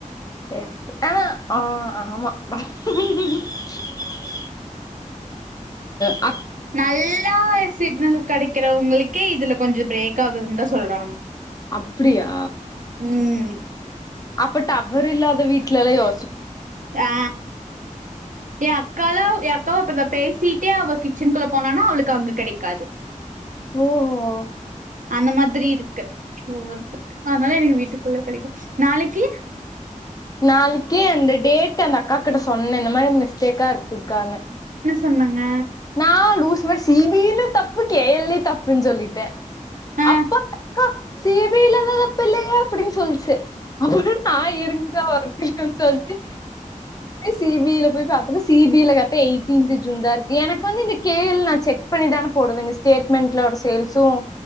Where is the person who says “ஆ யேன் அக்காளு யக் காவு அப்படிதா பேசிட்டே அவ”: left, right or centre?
Right